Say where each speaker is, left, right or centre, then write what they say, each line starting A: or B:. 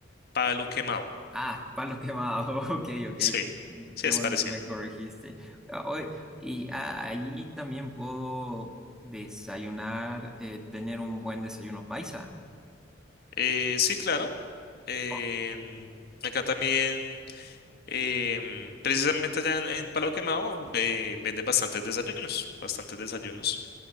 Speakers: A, on the left; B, in the centre.
A: Palo quemado,
B: Ah, Palo Quemado, <laughs> ok, ok.
A: sí, sí
B: Qué
A: es
B: bueno
A: parecido.
B: que me corregiste. Ah, oye, y ah, allí también puedo desayunar, eh, tener un buen desayuno paisa.
A: Eh, sí, claro. em,
B: Oh.
A: acá también, em, precisamente allá en, en Palo Quemado, eh, venden bastantes desayunos, bastantes desayunos.